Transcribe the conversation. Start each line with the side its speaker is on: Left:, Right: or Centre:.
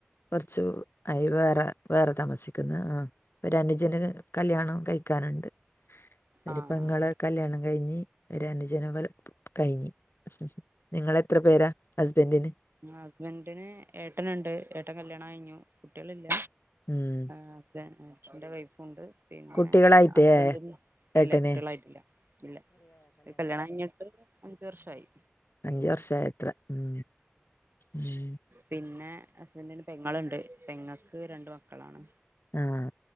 Left: കുറച്ച് അയ് വേറെ വേറെ താമസിക്കും ക്കുന്ന് ആഹ് ഒരു അനുജന് കല്യാണം കഴിക്കാനുണ്ട് ഒരു
Right: ആഹ്
Left: പെങ്ങളെ കല്യാണം കഴിഞ്ഞ് ഒരു അനുജന് <unintelligible> കഴിഞ്ഞ് നിങ്ങള് എത്ര പേരാ ഹസ്ബന്റിന്
Right: ഹസ്ബന്റിന് ഏട്ടനുണ്ട് ഏട്ടൻ കല്യാണം കഴിഞ്ഞു കുട്ടികളില്ല
Left: ഉം
Right: അഛൻ അച്ഛന്റെ വൈഫുണ്ട് പിന്നെ
Left: കുട്ടികളായിട്ടേ
Right: ഹസ്ബന്റിന് ഇല്ല
Left: ഏട്ടന്
Right: കുട്ടികളായിട്ടില്ല ഇല്ല കല്യാണം കഴിഞ്ഞിട്ട് അഞ്ച് വർഷായി
Left: അഞ്ച് വർഷായിത്രെ ഉം ഉം.
Right: പിന്നെ ഹസ്ബന്റിന് പെങ്ങളുണ്ട് പെങ്ങൾക്ക് രണ്ട് മക്കളാണ്
Left: ആഹ്